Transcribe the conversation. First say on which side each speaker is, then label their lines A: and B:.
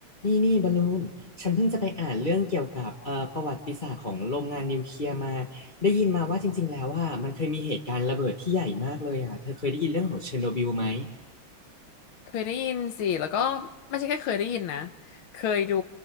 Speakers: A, on the left; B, on the left.
A: นี่นี่บอลลูน ฉันเพิ่งจะไปอ่านเรื่องเกี่ยวกับเอ่อประวัติศาสตร์ของโรงงานนิวเคลียร์มา ได้ยินมาว่าจริงๆแล้วว่ามันเคยมีเหตุการณ์ระเบิดที่ใหญ่มากเลยอ่ะ เธอเคยได้ยินเรื่องของเชอร์โนบิลไหม
B: เคยได้ยินสิ แล้วก็ไม่ใช่แค่เคยได้ยินนะ เคยดู